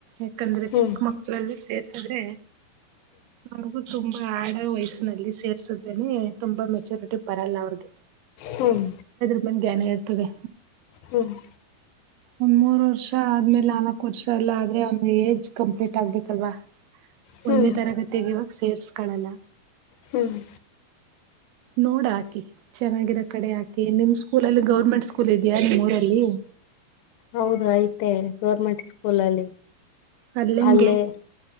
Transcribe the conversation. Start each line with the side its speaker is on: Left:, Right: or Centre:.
Right: ಯಾಕಂದ್ರೆ
Left: ಹ್ಮ್
Right: ಚಿಕ್ಕ ಮಕ್ಕಳಲ್ಲಿ ಸೇರ್ಸಿದ್ರೆ ಅವ್ರಿಗು ತುಂಬಾ ಆಡ ವಯಸ್ಸಿನಲ್ಲಿ ಸೇರ್ಸುತ್ತೇನೆ ತುಂಬಾ ಮೆಚುರಿಟಿ ಬರಲ್ಲ ಅವ್ರಿಗೆ
Left: ಹ್ಮ್
Right: <unintelligible> ಇರ್ತದೆ
Left: ಹ್ಮ್
Right: ಒಂದ ಮೂೂರು ವರ್ಷ ಆದ್ಮೇಲೆ ನಾಲ್ಕು ವರ್ಷ ಅಲ್ಲ ಆದ್ರೆ ಅವ್ ಏಜ್ ಕಂಪ್ಲೀಟ್ ಆಗ್ಬೇಕಲ್ವಾ
Left: ಹ್ಮ್
Right: ಒಂದೇ ತರಗತಿಗೆ ಇವಾಗ ಸೇರ್ಸ್ಕಳಲ್ಲ
Left: ಹ್ಮ್
Right: ನೋಡಿ ಹಾಕಿ ಚೆನ್ನಾಗಿರೋ ಕಡೆ ಆಕಿ ನಿಮ್ ಸ್ಕೂಲ್ ಅಲ್ಲಿ ಗೌರ್ಮೆಂಟ್ ಸ್ಕೂಲ್ ಇದೆಯಾ ನಿಮ್ಮ್ಊರಲ್ಲಿ
Left: ಹೌದು ಐ್ತ ಗೌರ್ಮೆಂಟ್ ಸ್ಕೂಲಲ್ಲಿ
Right: ಅಲ್ಲಂಗೆ
Left: ಅಲ್ಲೇ